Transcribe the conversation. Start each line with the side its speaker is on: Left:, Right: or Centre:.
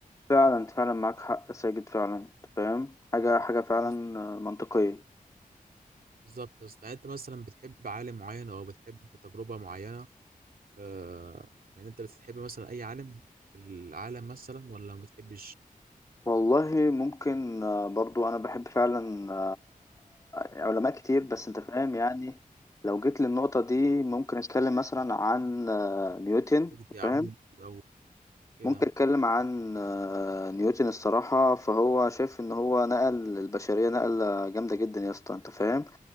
Left: فعلا فعلا معاك حق يا ساجد فعلا أنت فاهم حاجة حاجة فعلا
Right: بالظبط
Left: آه، منطقية
Right: بالظبط يا اسطى يعني انت مثلا بتحب عالم معين او بتحب تجربه معينه آه يعني انت بتحب مثلا اي عالم في العالم مثلا ولا ما بتحبش
Left: والله ممكن آه، برضو انا بحب فعلا آه، آه، علماء كتير بس انت فاهم يعني لو جيت للنقطة دي ممكن اتكلم مثلا عن آه، نيوتن
Right: مجدي يعقوب
Left: فاهم
Right: او كده
Left: ممكن اتكلم عن آه، نيوتن الصراحة فهو شايف ان هو نقل البشرية نقلة جامدة جدا يا اسطى انت فاهم